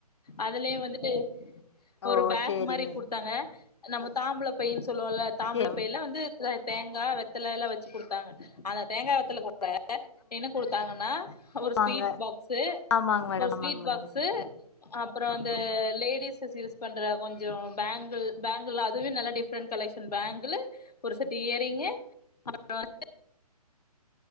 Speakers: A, on the left; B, on the left.
A: அதுலயே வந் இது
B: ஓ
A: ஒரு பேக்
B: சரிங்க
A: மாரி குடுத்தாங்க நம்ம தாம்பூல பையின் சொல்லுவோல்ல தாம்பூல
B: சரி
A: பையில வந்து ல்ல தேங்கா வெத்தல எல்லா வச்சு கொடுத்தாங்க அந்த தேங்கா வெத்தல போட் அப்ப என்ன குடுத்தாங்கன் நா
B: ஆமாங்க
A: ஒரு ஸ்வீட் பாக்ஸு
B: ஆமாங்க மேடம்
A: ஒரு
B: ஆமாங்க
A: ஸ்வீட்
B: மேடம்
A: பாக்ஸு அப் அப்றோ அந்த லேடிஸஸ் யூஸ் பண்ற கொஞ்சோ பேங்க் து பேங்கிள் அதுவே நல்லா டிஃப் <unintelligible> கலெக்ஷன் பேங்குல ஒரு செட்டு இயர் ரிங்கு அப்றோ <inaudible> <inaudible>